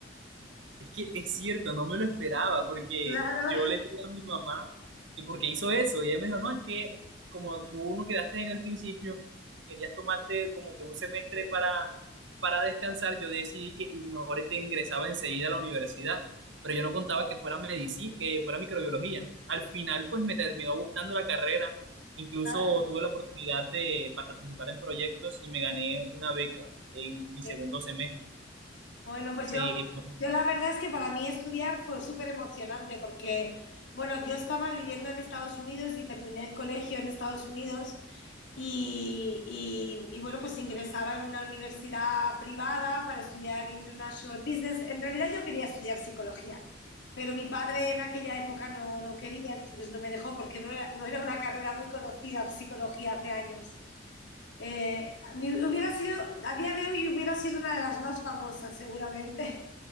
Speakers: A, on the right; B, on the left.
A: Es que es cierto, no me lo esperaba porque
B: claro.
A: yo le digo a mi mamá que porque hizo eso y ella me dijo, no, es que como tú no quedaste en el principio y querías tomarte como que un semestre para, para descansar, yo decidí que mejor te ingresaba enseguida a la universidad, pero yo no contaba que fuera medicina, que fuera microbiología. Al final, pues me terminó gustando la carrera, incluso
B: Ah,
A: tuve la oportunidad de participar en proyectos y me gané una beca en mi
B: bien.
A: segundo semestre.
B: Bueno, pues
A: Sí,
B: yo,
A: <laughs>
B: yo la verdad es que para mí estudiar fue súper emocionante porque, bueno, yo estaba viviendo en Estados Unidos y terminé el colegio en Estados Unidos Y, y- y, bueno, pues ingresaba en una universidad privada para estudiar International Business. En realidad yo quería estudiar psicología, pero mi padre en aquella época no, no quería, entonces no me dejó porque no era, no era una carrera muy conocida, psicología, hace años. Eh, mi- hubiera sido, a día de hoy hubiera sido una de las más famosas seguramente,